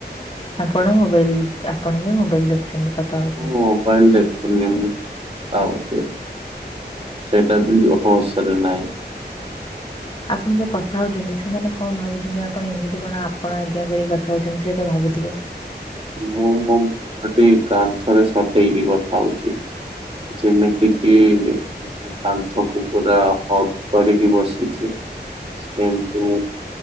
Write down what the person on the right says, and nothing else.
ମୁଁ
ମୋବାଇଲ ଦେଖୁନି ମୁଁ କଥା ହଉଚି। ସେଇଟା ବି ହୋସ ରେ ନାହିଁ।
ମୁଁ ମୋ ମୁହଁଟି କାନ୍ଥରେ ସଟେଇକି କଥା ହଉଛି। ଯେମିତି କିି ମୁଁ କାନ୍ଥକୁ ପୁରା ହଗ କରିକି ବସିଚି। କିନ୍ତୁ